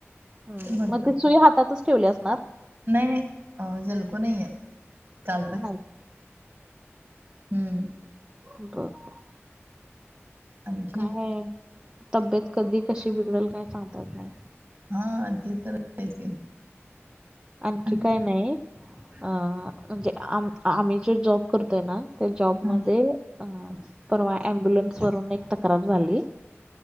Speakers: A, on the right (about 15°); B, on the right (about 35°).
A: हम
B: बरं
A: मग
B: पडतं
A: ते सुई हातातच ठेवली असणार.
B: नाही नाही अ जलको नाहीय <unintelligible>
A: नाही
B: हम्म.
A: बरबर,
B: आणखी
A: काय आहे? तब्येत कधी कशी बिघडल काय सांगता येत नाही.
B: हा ते तर <unintelligible> की.
A: आणखी
B: आणि
A: काय नाही अ म्हणजे आम आम्ही जे जॉब करतोय ना ते जॉबमध्ये
B: हां
A: अ परवा अम्बुलन्स वरून एक तक्रार झाली